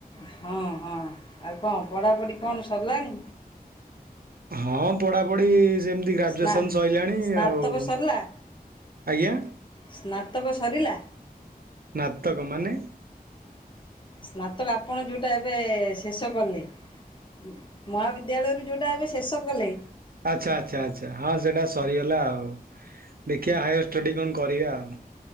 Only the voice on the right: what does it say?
ହଁ ପଢାପଢି ସେମତି ଗ୍ରାଜୁଏସନ
ସରିଲାଣି
ଆଉ
ଆଜ୍ଞା।
ନାତକ ମାନେ?
ଆଚ୍ଛା ଆଚ୍ଛା ଆଚ୍ଛା। ହଁ ସେଇଟା ସରିଗଲା ଆଉ ଦେଖିବା ହାୟାର ଷ୍ଟଡ଼ି କଣ କରିବା ଆଉ।